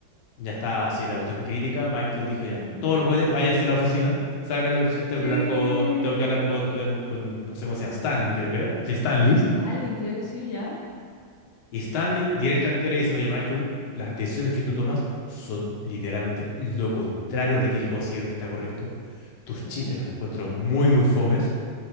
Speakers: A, on the left; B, on the left.
A: ya está así la cuestión crítica, Michael dijo ya,
B: ujú.
A: todos los jueves váyanse a la oficina, salgan de la oficina,
B: Sí,
A: tengo que hablar con, tengo que hablar con, con, con, no sé cómo se llama, Stanley creo que era. Sí, Stanley.
B: Stanley, creo que sí, ya.
A: Y Stanley directamente le dice, oye, Michael, las decisiones que tú tomas son literalmente lo contrario a lo que yo considero que está correcto. Tus
B: Sí.
A: chistes los encuentro muy, muy fomes.